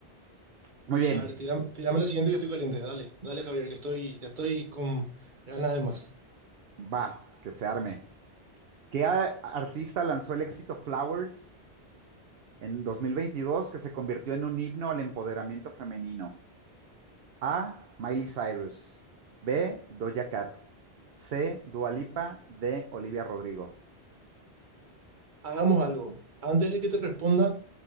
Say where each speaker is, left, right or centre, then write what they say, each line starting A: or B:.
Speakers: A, on the right; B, on the right.
A: Muy bien,
B: A ver, tírame, tírame la siguiente que estoy caliente. Dale, dale, Javier, que estoy, ya estoy con ganas de más.
A: va, que se arme. ¿Qué a- artista lanzó el éxito Flowers en 2022 que se convirtió en un himno al empoderamiento femenino? A. Miley Cyrus. B. Doja Cat. C. Dua Lipa. D. Olivia Rodrigo.
B: Hagamos algo. Antes de que te responda,